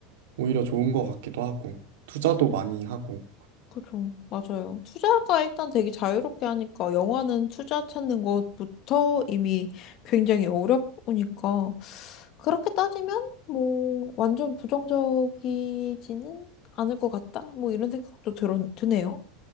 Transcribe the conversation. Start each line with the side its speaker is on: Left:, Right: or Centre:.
Right: 오히려 좋은 것 같기도 하고, 투자도 많이 하고,
Left: 그죠. 맞아요. 투자가 일단 되게 자유롭게 하니까 영화는 투자 찾는 것부터 이미 굉장히 어렵으니까 그렇게 따지면 뭐 완전 부정적이지는 않을 것 같다. 뭐 이런 생각도 들어, 드네요.